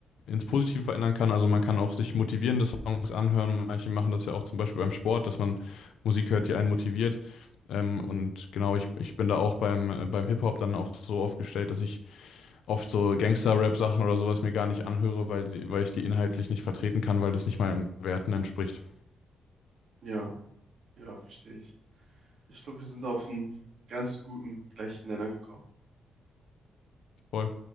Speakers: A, on the left (about 80°); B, on the right (about 60°).
A: ins Positive verändern kann. Also man kann auch sich motivierende Songs anhören. Manche machen das ja auch zum Beispiel beim Sport, dass man Musik hört, die einen motiviert. Ähm, und genau, ich, ich bin da auch beim, äh, beim Hip-Hop dann auch so aufgestellt, dass ich oft so Gangster-Rap-Sachen oder sowas mir gar nicht anhöre, weil, sie, weil ich die inhaltlich nicht vertreten kann, weil das nicht meinen Werten entspricht.
B: Ja, ja, verstehe ich. Ich glaube, wir sind auf einen ganz guten gleichen Nenner gekommen.
A: Voll.